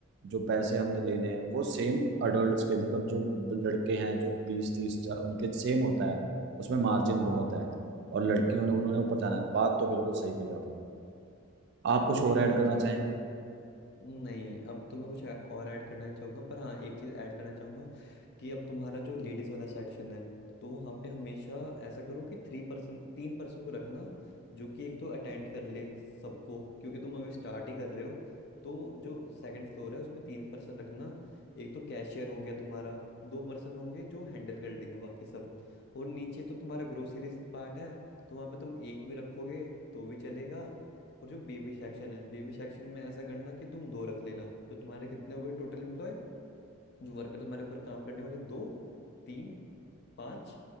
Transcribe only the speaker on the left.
तो
एक
और
चीज
नहीं अब तो मैं कुछ ऐ- और ऐड करना नहीं चाहूंगा पर हाँ एक चीज ऐड करना चाहूंगा कि अब तुम्हारा जो लेडीज वाला सेक्शन है तो वहाँ पे हमेशा ऐसा करो कि थ्री पर्सन तीन पर्सन को रखना जो कि एक तो अटेंड कर ले सबको क्योंकि तुम अभी स्टार्ट ही कर रहे हो तो जो सेकंड फ्लोर है उसमें तीन पर्सन रखना एक तो कैशियर हो गया तुम्हारा दो पर्सन होंगे जो हैंडल कर लेंगे बाकी सब और नीचे तो तुम्हारा ग्रोसरीज पार्ट है तो वहाँ पे तुम एक भी रखोगे तो भी चलेगा और जो बेबी सेक्शन है बेबी सेक्शन में ऐसा करना कि तुम दो रख लेना तो तुम्हारे कितने हो गए टोटल एम्प्लॉय जो वर्कर तुम्हारे ऊपर काम करने वाले दो तीन पाँच